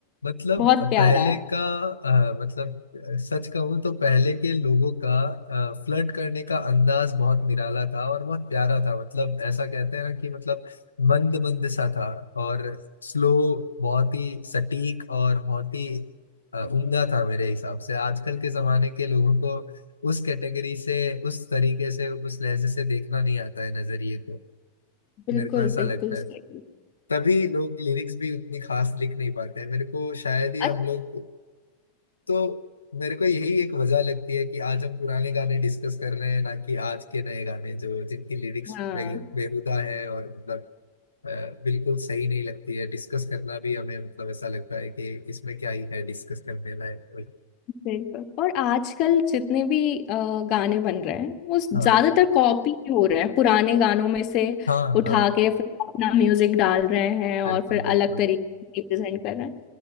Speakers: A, on the left (about 80°); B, on the left (about 40°).
A: मतलब
B: बहुत प्यारा
A: पहले
B: है
A: का अ, मतलब सच कहूँ तो पहले के लोगों का फ्लर्ट करने का अंदाज बहुत निराला था और बहुत प्यारा था मतलब ऐसा कहते हैं ना कि मतलब मंद मंद सा था और स्लो बहुत ही सटीक और बहुत ही अ, उम्दा था मेरे हिसाब से आजकल के जमाने के लोगों को उस कैटेगरी से उस तरीके से उस लहजे से देखना नहीं आता है नजरिए को
B: बिल्कुल
A: मेरे को ऐसा
B: बिल्कुल
A: लगता है
B: सही
A: तभी लोग लिरिक्स भी उतनी खास लिख नहीं पाते हैं मेरे को शायद ही
B: अच्छा
A: हम लोग तो मेरे को यही एक वजह लगती है कि आज हम पुराने गाने डिस्कस कर रहे हैं ना कि आज के नए गाने जो जिनकी लिरिक्स
B: हाँ
A: बे, बेहुदा है और मतलब अ, बिल्कुल सही नहीं लगती है डिस्कस करना भी हमें मतलब ऐसा लगता है कि इसमें क्या ही है डिस्कस करने लायक कोई
B: बिल्कुल और आजकल जितने भी अ, गाने बन रहे हैं वो ज्यादातर
A: हाँ
B: कॉपी ही हो रहे हैं पुराने गानों में से
A: हाँ
B: उठा
A: हाँ
B: के फिर अपना म्यूजिक डाल रहे हैं और
A: बिल्कुल
B: फिर
A: बिल्कुल
B: अलग तरीके से प्रेजेंट कर रहे हैं